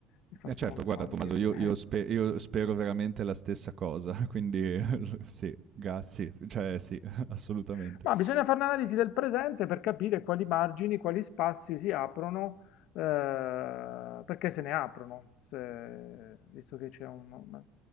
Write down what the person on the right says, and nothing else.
Eh, certo,
guarda
Tommaso, io, io spe- io spero veramente la stessa cosa, quindi <laughs> sì, grazie, cioè sì, <laughs> assolutamente.